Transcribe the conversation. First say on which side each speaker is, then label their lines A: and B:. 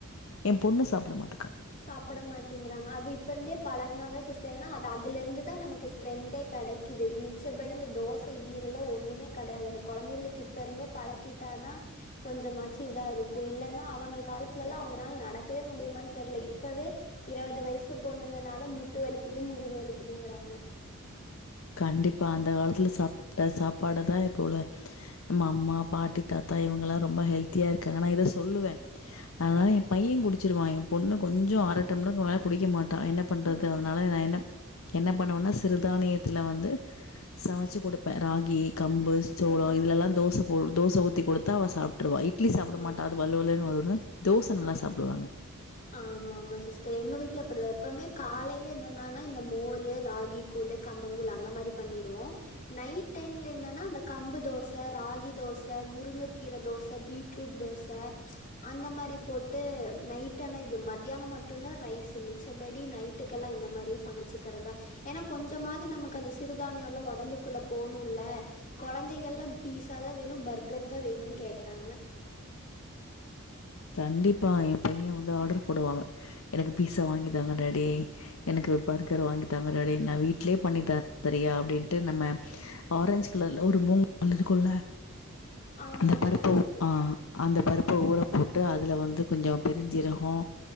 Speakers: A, on the left; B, on the left.
A: என் பொண்ணு சாப்ட மாட்டக்கா
B: சாப்படமாட்டேங்கிறாங்க அது இப்ப இருந்தே பழகுனாதா சிஸ்டர் ஏன்னா அத அதுலந்து தான் நமக்கு ஸ்ட்ரென்தே கெடைக்குது மிச்சபடி இந்த தோச இட்லிலல்லா ஒண்ணுமே கெடயாது இந்த கொழந்தைகளுக்கு இப்ப இருந்தே பழக்கி ட்டாதா கொஞ்சமாச்சு இதா இருக்கு இல்லன்னா அவங்க காலத்துலல்லா அவங்கனால நடக்கவே முடியுமான்னு தெர்ல இப்பவே இருவது வயசு பொண்ணுங்கனால முட்டு வலிக்குது முதுகு வலிக்குதுங்குறாங்க
A: கண்டிப்பா அந்த காலத்துல சாப்ட்ட சாப்பாடதா இப்ப உள்ள நம்ம அம்மா பாட்டி தாத்தா இவங்க எல்லா ரொம்ப ஹெல்த்தியா இருக்காங்க நா இத சொல்லுவே அதனால ஏ பையே குடிச்சிருவா ஏ பொண்ணு கொஞ்சோ
B: ஓ,
A: அர டம்ளர்க்கு மேல குடிக்க மாட்டா என்ன பண்றது
B: குடிக்க
A: அதனால நா என்ன என்ன பண்ணுவேன்னா சிறுதானியத்துல வந்து சமச்சி குடுப்பே ராகி கம்பு சோளோ
B: ஓ
A: இதுலெல்லா தோச போ தோச ஊத்தி குடுத்தா அவ சாப் டுவா இட்லி சாப்ட
B: ஆ
A: மாட்டா அது வழு வழுன்னு வருன்னு தோச நல்லா
B: ஆ
A: சாப்டுவாங்க
B: ஆமா ஆமா சிஸ்டர் எங்க வீட்ல அப்டிதா எப்பவுமே காலேல என்னன்னன்னா இந்த மோரு ராகி கூழ் கம்மங்கூழ் அந்த மாரி பண்ணிருவோ நைட் டைம்ல என்னன்னா அந்த கம்பு தோச ராகி தோச முருங்கக்கீர தோச பீட் ரூட் தோச அந்த மாரி போட்டு நைட் டானா இது மத்தியானோ மட்டுந்தா ரைஸ் மிச்சபடி நைட்டுக்கெல்லா இந்த மாரியே சமைச்சுக்கிறதா ஏன்னா கொஞ்சமாவது நமக்கு அந்த சிறுதானியோ எல்லா ஒடம்புக்குள்ள போணுல்ல கொழந்தைகள்லா பிஸ்சாதா வேணு பர்கர்தா வேணுன்னு கேக்குறாங்க
A: கண்டிப்பா ஏ பையே வந்து ஆர்டர் போடுவா எனக்கு பீஸா வாங்கி தாங்க டாடி எனக்கு பர்கர் வாங்கி தாங்க டாடி நா வீட்லயே பண்ணி தர்றே தறியா அப்டின்ட்டு நம்ம ஆரஞ்ச் கலர்ல ஒரு மூங் தால் இருக்குல்ல
B: ஆமா
A: அந்த
B: ஆமாங்
A: பருப்ப
B: சிஸ்டர்
A: ஆ அந்த பருப்ப ஊற போட்டு அதுல வந்து கொஞ்சோ பெருஞ்சீரகோ